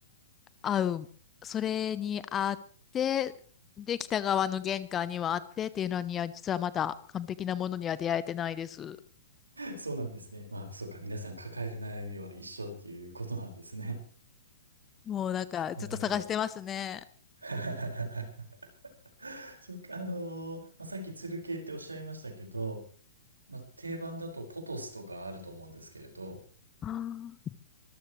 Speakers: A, on the left; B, on the right.
A: 合う、それにあって、で、北側の玄関にはあってっていうのには、実はまだ完璧なものには出会えてないです。
B: そうなんですね。まあ、そうか。皆さん抱える悩みは一緒っていうことなんですね。
A: もうなんか、
B: なるほど。
A: ずっと探してますね。
B: <laughs> そうか。あのーまあ、さっきつる系っておっしゃいましたけど、まあ、定番だとポトスとかあると思うんですけれど、
A: あー